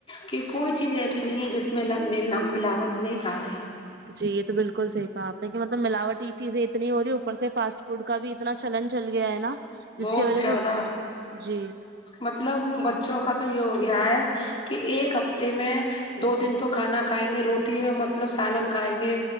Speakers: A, on the left (about 30°); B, on the right (about 55°).
A: کہ کوئی چیز ایسی نہیں ہے جس میں ہم ملاوٹ نہیں کا رہے ہیں
B: جی یہ تو بالکل صحیح کھا آپ نے کہ مطلب ملاوٹ کی چیزیں اتنی ہو رہی اوپر سے فاسٹ فوڈ کا بھی اتنا چلن چل گیا ہے نا جس
A: بہت
B: کی وجہ
A: زیادہ
B: سے جی
A: مطلب بچوں کا تو یہ ہو گیا ہے کہ ایک ہفتے میں دو دن تو کھانا کھائیں گے روٹی مطلب سالن کھائیں گے